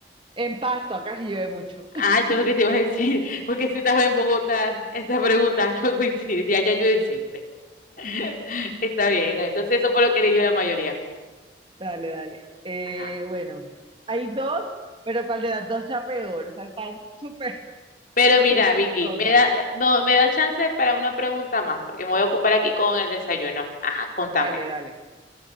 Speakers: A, on the right; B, on the left.
A: En Pasto, acá sí llueve mucho. <laughs>
B: Ah, eso es lo que te iba a decir, <laughs> porque si estás en Bogotá, esta pregunta <laughs> no coincide, y allá llueve siempre. <laughs> Está bien, está bien. entonces eso fue lo que eligió la mayoría.
A: Dale, dale. Eh,
B: Ajá.
A: bueno, hay dos, pero ¿cuál de las dos sea peor? O sea, están súper,
B: Pero mira,
A: súper
B: Vicky,
A: chistosas
B: me da, no, me da chance para una pregunta más, porque me voy a ocupar aquí con el desayuno. Ajá, contame.
A: Dale, dale.